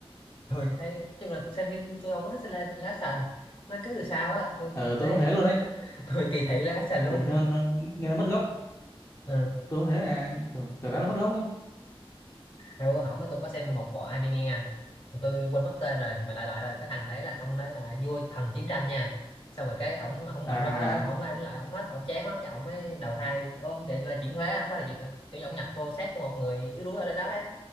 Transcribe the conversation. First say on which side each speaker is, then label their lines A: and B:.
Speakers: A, on the left; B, on the left.
A: tôi thấy nói chung là xem phim tôi không có thích xem live live action nó cứ từ sau á tôi
B: ờ, tôi
A: thấy
B: cũng thế luôn đấy
A: tôi kỳ thị live action luôn
B: kiểu như nó,
A: á.
B: nó nghe nó mất gốc
A: ừ.
B: tôi cũng thế là kiểu, cảm giác nó mất gốc ấy
A: à, bữa hổm tôi có xem một bộ anime à. Mà tôi quên mất tên rồi mà đại loại là cái thằng đấy là ông đấy là vua thần chiến tranh nha xong rồi cái ổng không
B: à
A: mạnh quá không ai đó không ai đánh lại ổng hết ổng chán quá cái ổng mới đầu thai ô, ông kiểu như là chuyển thuế không phải là chuyện kiểu như ổng nhập vô xác của một người yếu đuối ở đây đó ấy